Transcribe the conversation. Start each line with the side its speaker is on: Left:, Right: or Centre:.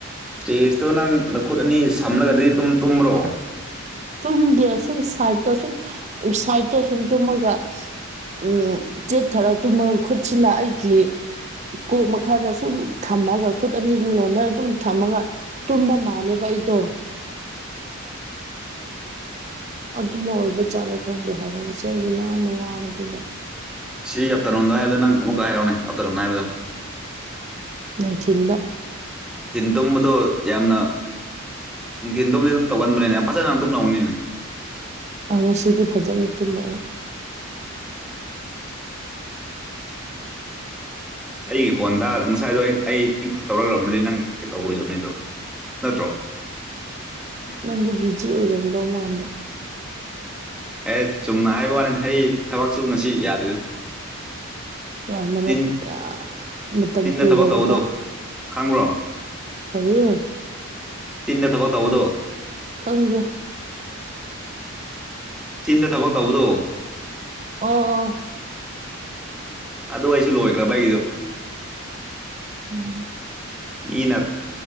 Centre: ꯆꯦꯖꯇꯣ ꯅꯪ ꯅꯈꯨꯠ ꯑꯅꯤ ꯁꯝꯂꯒꯗꯤ ꯗꯨꯝ ꯇꯨꯝꯕ꯭ꯔꯣ
Right: ꯇꯨꯝꯗꯦ ꯑꯁꯨꯝ ꯁꯥꯏꯠꯇ ꯁꯨꯝ ꯁꯥꯏꯠꯇ ꯁꯨꯝ ꯇꯨꯝꯃꯒ ꯎꯝ ꯆꯦꯞꯊꯔ ꯇꯨꯝꯃ ꯈꯨꯠꯁꯤꯂ ꯑꯩꯒꯤ ꯀꯣꯛ ꯃꯈꯥꯗ ꯁꯨꯝ ꯊꯝꯃꯒ ꯈꯨꯠ ꯑꯅꯤ ꯂꯣꯟꯅꯔ ꯑꯗꯨꯝ ꯊꯝꯃꯒ ꯇꯨꯝꯕ ꯃꯥꯜꯂꯦꯕ ꯑꯩꯗꯣ ꯑꯗꯨꯅ ꯑꯣꯏꯕ ꯖꯥꯠꯂ ꯈꯪꯗꯦ ꯍꯥꯏꯕ ꯉꯁꯤ ꯑꯩꯒꯤ ꯃꯥꯏꯅ ꯋꯥꯕꯁꯤꯡꯗꯣ
Centre: ꯁꯤ ꯑꯞꯇꯔꯣꯟꯗꯥ ꯍꯥꯏꯕꯗꯣ ꯅꯪ ꯑꯃꯨꯛꯀ ꯍꯥꯏꯔꯛꯎꯅꯦ ꯑꯞꯇꯔꯣꯟ ꯍꯥꯏꯕꯗꯣ
Right: ꯅꯨꯡꯊꯤꯜꯗ
Centre: ꯅꯨꯡꯊꯤꯟ ꯇꯨꯝꯕꯗꯣ ꯌꯥꯝꯅ ꯅꯨꯡꯊꯤꯟ ꯇꯨꯝꯕꯗꯤ ꯑꯗꯨꯝ ꯇꯧꯒꯟꯕꯅꯤꯅꯦ ꯌꯥꯝ ꯐꯖꯅ ꯇꯨꯝꯗꯧꯅꯤꯅꯦ
Right: ꯑꯥ ꯉꯁꯤꯗꯤ ꯐꯖꯅ ꯇꯨꯝꯃꯦ ꯑꯩ
Centre: ꯑꯩꯒꯤ ꯍꯣꯟꯗꯥꯗ ꯉꯁꯥꯏꯗꯣ ꯑꯩ--ꯑꯩ ꯑꯩꯉꯣꯟꯗ ꯇꯧꯔꯛꯂꯝꯃꯗꯤ ꯅꯪ ꯇꯧꯔꯣꯏꯗꯕꯅꯤꯗꯣ ꯅꯠꯇ꯭ꯔꯣ
Right: ꯅꯪꯗꯣ ꯕꯤꯖꯤ ꯑꯣꯏꯔꯝꯗꯧ ꯃꯥꯟꯕ
Centre: ꯑꯦ ꯆꯨꯝꯅ ꯍꯥꯏꯕ ꯋꯥꯅꯤꯗ ꯑꯩ ꯊꯕꯛꯁꯨ ꯉꯁꯤ ꯌꯥꯗꯦꯗ
Right: ꯌꯥꯝꯅ ꯃꯠ
Centre: ꯆꯤꯟ
Right: ꯌꯥꯝ ꯃꯇꯝ
Centre: ꯆꯤꯟꯗ
Right: ꯀꯨꯏꯔꯕꯗ
Centre: ꯊꯕꯛ ꯇꯧꯕꯗꯣ ꯈꯪꯕ꯭ꯔꯣ
Right: ꯀꯔꯤ
Centre: ꯆꯤꯟꯅ ꯊꯕꯛ ꯇꯧꯕꯗꯣ
Right: ꯈꯪꯗ꯭ꯔꯦ
Centre: ꯆꯤꯟꯗ ꯊꯕꯛ ꯇꯧꯕꯗꯣ
Right: ꯑꯣ ꯑꯣ
Centre: ꯑꯗꯨ ꯑꯩꯁꯨ ꯂꯣꯏꯈ꯭ꯔꯕ ꯑꯩꯒꯤꯖꯨ
Right: ꯎꯝ
Centre: ꯃꯤꯅꯞ